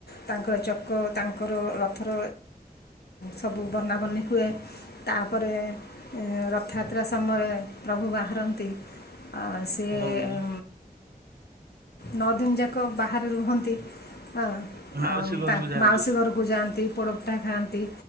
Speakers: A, on the left (about 90°); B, on the right (about 75°).
A: ତାଙ୍କର ଚକ ତାଙ୍କର ରଥର ସବୁ ବନାବନି ହୁଏ। ତାପରେ ରଥଯାତ୍ରା ସମୟରେ ପ୍ରଭୁ ବାହାରନ୍ତି ଆଁ ସେ
B: ହଁ
A: ସେ ନଅ ଦିନ ଯାକ ବାହାରେ ରୁହନ୍ତି ଉଁ
B: ମାଉସୀ ଘରକୁ ଯାଆନ୍ତି
A: ମାଉସୀ ଘରକୁ ରକୁ ଯାଆନ୍ତି ପୋଡ଼ପିଠା ଖାଆନ୍ତି